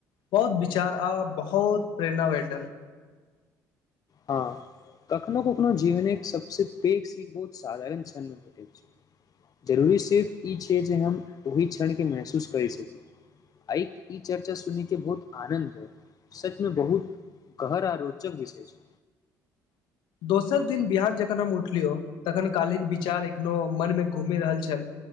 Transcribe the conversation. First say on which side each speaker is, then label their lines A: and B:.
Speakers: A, on the left; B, on the left.
A: बहुत विचार आ बहुत प्रेरणा भेटल
B: हँ कखनो कखनो जीवन एक सबसँ पैघ सीख बहुत साधारण क्षण मे भेटैत छै जरूरी सिर्फ ई छैिय जे हम ओहि क्षणकेँ महसूस करि सकी आ ई चर्चा सुन के बहुत आनंद भेल सचमे बहुत गहरा आ रोचक विषय छै
A: दोसर दिन बिहान जखन हम उठलियौ तखन कालहििक विचार एखनो मनमे घूमि रहल छल